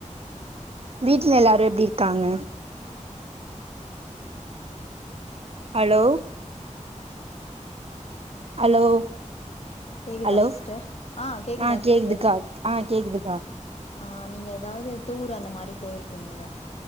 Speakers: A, on the right (about 50°); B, on the left (about 55°).
A: வீட்ல எல்லாரு எப்டி இருக்காங்க ஹலோ ஹலோ
B: கேக்குதா
A: ஹலோ
B: சிஸ்டர் கேக்குதா
A: ஆ கேக்குதுக்கா
B: சிஸ்டர்
A: ஆ கேக்குதுக்கா
B: ஆ நீங்க எதாவது டூர் அந்த மாரி போய்ருப்பீங்கல்ல